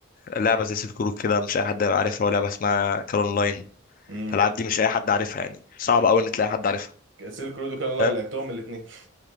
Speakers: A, on the left (about 45°); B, on the right (about 65°).
A: لعبه زي سيلك رود كده مش اي حد هيبقى عارفها ولا لعبه اسمها كال اونلاين
B: امم
A: الالعاب دي مش اي حد عارفها يعني صعب قوي ان تلاقي حد عارفها
B: سيلك رود وكالا
A: فاهم
B: لعبتهم الاثنين